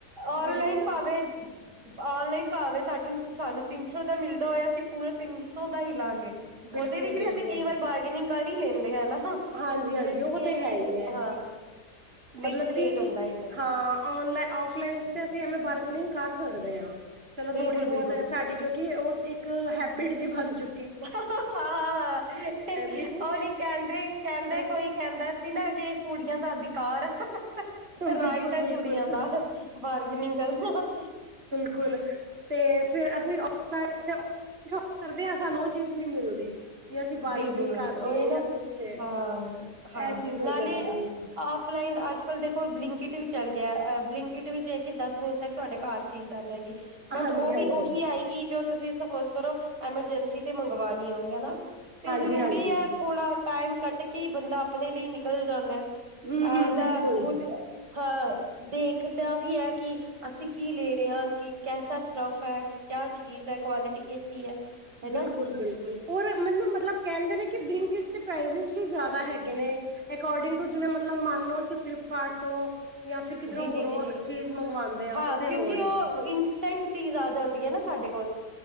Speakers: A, on the right; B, on the right.
A: ਔਨਲਾਈਨ
B: ਬਿਲਕੁਲ
A: ਭਾਵੇ- ਔਨਲਾਈਨ ਭਾਵੇ ਸਾਨੂੰ- ਸਾਨੂੰ ਤਿੰਨ ਸੌ ਸੌ ਦਾ ਮਿਲਦਾ ਹੋਇਆ ਅਸੀਂ ਪੂਰਾ ਤਿੰਨ ਸੌ ਦਾ ਹੀ ਲਾਂਗੇ,
B: ਬਿਲਕੁਲ
A: ਉਹਦੇ ਵਿੱਚ
B: ਬਿਲਕੁਲ
A: ਵੀ ਅਸੀਂ ਕਈ ਵਾਰ ਬਾਰਗੀਨਿੰਗ ਕਰ ਹੀ ਲੈਂਦੇ ਹਾਂ ਨਾ,
B: ਹਾਂਜੀ ਹਾਂਜੀ
A: ਲੇਕਿਨ
B: ਉਹ
A: ਇਹ ਹੈ
B: ਤੇ
A: ਕਿ
B: ਹੀ ਹੈ
A: ਹਾਂ ਫਿਕਸ
B: ਮਤਲਬ
A: ਰੇਟ
B: ਕਿ
A: ਹੁੰਦਾ ਇਹਦਾ ਵੀ
B: ਹਾਂ ਔਨ ਔਫਲਾਈਨ ਤੇ ਅਸੀਂ ਐਵੇਂ ਵਰ ਨਈ ਕਰ ਸਕਦੇ ਆਂ, ਚਲੋ
A: ਬਿਲਕੁਲ-ਬਿਲਕੁਲ-ਬਿਲਕੁਲ
B: ਥੋੜੀ ਬਹੁਤ ਸਾਡੀ ਕਿਉਂਕਿ ਉਹ ਇੱਕ ਹੈਬਿਟ ਜੀ ਬਣਜੂ।
A: ਹੈ, ਹੈ, ਹਾਂ -ਹਾਂ -ਹਾਂ,
B: ਦੀ
A: ਉਹ ਨੀ ਕਹਿੰਦੇ। ਕਹਿੰਦੇ
B: ਅ
A: ਕੋਈ ਕਹਿੰਦਾ ਸੀ ਨਾ ਕਿ ਕੁੜੀਆਂ ਦਾ ਅਧਿ ਕਾਰ ਐ, ਰਾਈਟ
B: ਬਿਲਕੁਲ
A: ਐ
B: ਬਿਲਕੁਲ
A: ਕੁੜੀਆਂ ਦਾ ਬਾਰਗੀਨਿੰਗ ਕਰਨਾ।
B: ਹੁਣ ਤੇ ਫਿਰ ਅਸੀਂ ਆਫ ਸਾਈਈਡ ਤੇ ਜੋਬ ਕਰਦੇ ਹਾਂ, ਸਾਨੂੰ ਉਹ ਚੀਜ਼ ਨਹੀਂ ਮਿਲਦੀ। ਅਸੀਂ ਬਾਰਗਨਿੰਗ
A: ਬਿਲਕੁਲ-
B: ਕਰ
A: ਬਿਲਕੁਲ
B: ਲਈਏ
A: ਉਹੀ ਨਾ
B: ਜਾਂ ਕੁਛ ਇਹ
A: ਹਾਂ, ਹਾਂ
B: ਚੀਜ਼
A: ਨਾਲੇ
B: ਹੋ ਜਾਂਦੀ ਹੈ
A: ਔਫਲਾਈਨ ਦਾ ਅੱਜ ਅੱਜ -ਕੱਲ ਦੇਖੋ ਬਲਿੰਕਿਟ ਵੀ ਚੱਲ ਗਿਆ, ਬਲਿੰਕਿਟ ਵਿੱਚ ਇਹ ਕਿ ਦਸ ਮਿੰਟ ਤੱਕ ਤੁਹਾਡੇ ਘਰ ਚੀਜ਼ ਆ ਜਾਏਗੀ। ਬਟ
B: ਹਾਂਜੀ
A: ਉਹ
B: ਹਾਂਜੀ
A: ਵੀ ਉਹੀ ਆਏਗੀ, ਜੋ ਤੁਸੀਂ ਸਪੋਜ ਕਰੋ। ਐਮਰਜੈਂਸੀ ਤੇ ਮੰਗਵਾਣੀ ਹੋਏ ਹਨਾ, 'ਤੇ
B: ਹਾਂਜੀ
A: ਜਰੂਰੀ
B: ਹਾਂਜੀ
A: ਹੈ ਥੋੜਾ ਟਾਈਮ ਕੱਢ ਕੇ ਬੰਦਾ ਆਪਣੇ ਲਈ ਨਿਕਲ ਜਾਂਦਾ,
B: ਹਮ
A: ਐਜ
B: ਹਮ ਬਿਲਕੁਲ
A: ਏ ਖੁਦ ਹਾਂ, ਦੇਖਦਾ ਵੀ ਹੈ, ਕਿ ਅਸੀਂ ਕੀ ਲੈ ਰਹੇ ਹਾਂ, ਕਿ ਕੈਸਾ ਸਟੱਫ ਹੈ, ਕਿਆ ਚੀਜ਼ ਹੈ, ਕੁਆਲਿਟੀ ਕੈਸੀ ਹੈ। ਹੈਨਾ
B: ਬਿਲਕੁਲ, ਬਿਲਕੁਲ ਔਰ ਮੈਨੂੰ ਮਤਲਬ ਮਤਲਬ ਕਹਿੰਦੇ ਨੇ- ਕਿ ਬਲਿੰਕਿਟ ਦੇ ਪ੍ਰਾਈਜ ਵੀ ਜਿਆਦਾ ਹੈਗੇ ਨੇ, ਅਕੋਰਡਿੰਗ ਟੂ ਜਿਵੇਂ ਮਤਲਬ ਮੰਨ ਲਓ। ਫਿਲਿਪਕਾਰਟ ਤੋਂ, ਜਾਂ ਫਿਰ ਕਿਧਰੋਂ
A: ਜੀ-ਜੀ-ਜੀ-ਜੀ
B: ਹੋਰੋਂ ਚੀਜ਼ ਮੰਗਵਾਉਂਦੇ ਆ
A: ਹਾਂ,
B: ਉਹਦੇ
A: ਕਿਉਂਕਿ
B: ਅਕੋਰਡਿੰਗ
A: ਉਹ ਇੰਸਟੈਂਟ ਚੀਜ਼ ਆ ਜਾਂਦੀ ਹੈ ਨਾ। ਸਾਡੇ ਕੋਲ